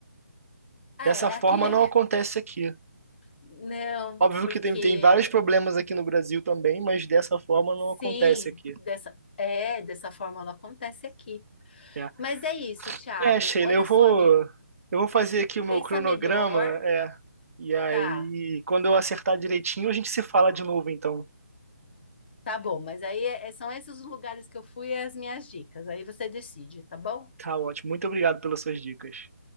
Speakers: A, on the left; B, on the right.
A: É,
B: Dessa forma
A: é aqui é.
B: não acontece aqui.
A: Não,
B: Óbvio
A: porque
B: que tem, tem vários problemas aqui no Brasil também, mas dessa forma não
A: sim,
B: acontece aqui.
A: dessa é, dessa forma ela acontece aqui.
B: É
A: Mas é isso, Thiago.
B: É, Sheila,
A: Olha
B: eu vou,
A: só, amigo,
B: eu vou fazer aqui o meu
A: pensa
B: cronograma,
A: melhor,
B: é. E aí,
A: tá?
B: quando eu acertar direitinho, a gente se fala de novo, então.
A: Tá bom, mas aí é- é, são esses os lugares que eu fui e as minhas dicas. Aí você decide, tá bom?
B: Tá ótimo. Muito obrigado pelas suas dicas.